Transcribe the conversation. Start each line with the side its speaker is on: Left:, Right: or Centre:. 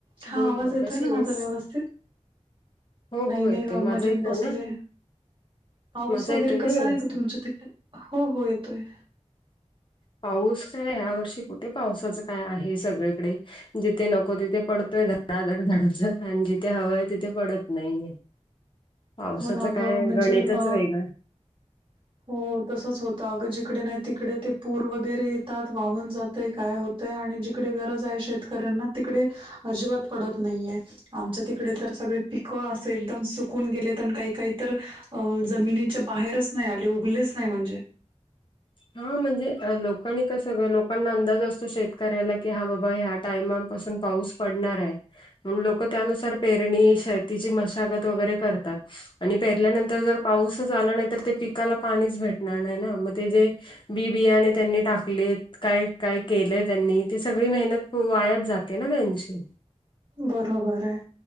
Right: हा
Left: बोल
Right: आवाज
Left: ग
Right: येतोय
Left: कशी
Right: ना माझा
Left: आहेस?
Right: व्यवस्थित?
Left: हो
Right: काही
Left: हो
Right: नाही
Left: येतोय
Right: ग
Left: माझा
Right: मजेत
Left: येतोय
Right: बसले.
Left: ना
Right: पाऊस
Left: माझा
Right: वगैरे
Left: येतोय ना
Right: कसा
Left: व्यवस्थित.
Right: आहे ग तुमच्या तिकडे हो, हो येतोय.
Left: पाऊस काय या वर्षी कुठे पावसाचं काय आहे सगळीकडे जिथे नको तिथे पडतोय धडाधड, धडा आणि जिथे हवा आहे तिथे पडत नाहीये. पावसाचं
Right: होना
Left: काय
Right: गं म्हणजे
Left: गणितच
Right: म
Left: वेगळं
Right: हो तसंच होतं अगं जिकडे नाही तिकडे ते पूर वगैरे येतात वाहून जात काय होतय आणि जिकडे गरज आहे शेतकऱ्यांना तिकडे अजिबात पडत नाहीये. आमच्या तिकडे तर सगळे पिकं असे एकदम सुकून गेले. प काही काही तर अ जमिनीच्या बाहेरच नाही आले उगलेच नाही म्हणजे.
Left: हा म्हणजे लोकांनी कसं लोकांना अंदाज असतो शेतकऱ्याला की हा बाबा ह्या टायमापासून पाऊस पडणार आहे. लोक त्यानुसार पेरणी शर्तीची मशागत वगैरे करतात. आणि पेरल्यानंतर जर पाऊसच आला नाही तर ते पिकाला पाणीच भेटणार नाही ना मग ते जे बी बियाने त्यांनी टाकले. काय काय केलंय त्यांनी ती सगळी मेहनत वायात जाते ना त्यांची.
Right: बरोबर आहे